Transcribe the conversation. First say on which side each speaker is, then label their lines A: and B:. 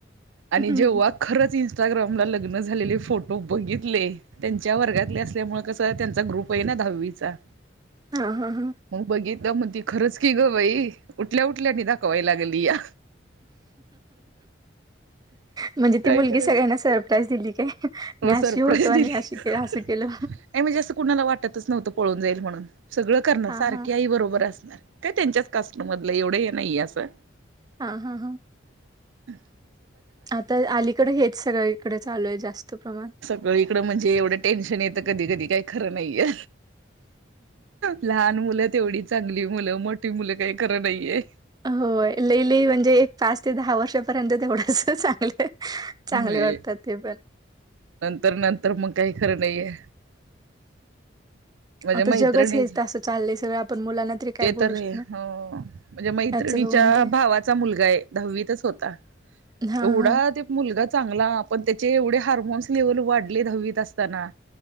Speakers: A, on the right; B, on the right.
A: हा
B: आणि जेव्हा खरंच इंस्टाग्रामला लग्न झालेले फोटो बघितले त्यांच्या वर्गातले असल्यामुळे कसं त्यांचा ग्रुप हाय ना धावीचा.
A: हा हा हा.
B: मग बघितल्यावं म्हणती खरंच की ग बाई उठल्या उठल्या आनी दाखवाय लागलीया.
A: म्हणजे
B: काय
A: ती मुलगी
B: करायचं
A: सगळ्यांना सरप्राईज दिली काय? मी
B: हो सरप्राईज
A: अशी होतो
B: दिली
A: आणि अशी के असं केलं.
B: नाही म्हणजे असं कुणाला वाटतच नव्हतं पळून जाईल म्हणून सगळं करणार
A: हा
B: सारखी
A: हा.
B: आई बरोबर असणार. काय त्यांच्याच कास्टमधलं एवढं हे नाइये असं
A: हा हा हां.
B: हम्.
A: आता अलीकडं हेच सगळीकड चालूय जास्त प्रमाण
B: सगळीकडं म्हणजे एवढं टेन्शन येतं कधी कधी काई खरं नाईये. लहान मुलं तेवढी चांगली मुलं मोठी मुलं काही खंर नाईये.
A: होय. लई लई म्हणजे एक पाच ते दहा वर्षापर्यंत तेवढंच चांगलं चांगले
B: नाही
A: वाटतात ते पण.
B: नंतर नंतर मग काही खरं नाहीे. माझ्या
A: आता
B: मैत्रिणीच
A: जगच हे असं चाललंय सगळं आपण मुलांना. तरी काय
B: ते तर
A: बोलू शकणार.
B: आहे हो. म्हणजे मैत्रिणीच्या
A: याचं बघून ते
B: भावाचा मुलगा आहे दहावीतच होता.
A: हा
B: एवढा
A: हा
B: ते मुलगा चांगला पण त्याचे एवढे हार्मोन्स लेव्हल वाढले दहावीत असताना.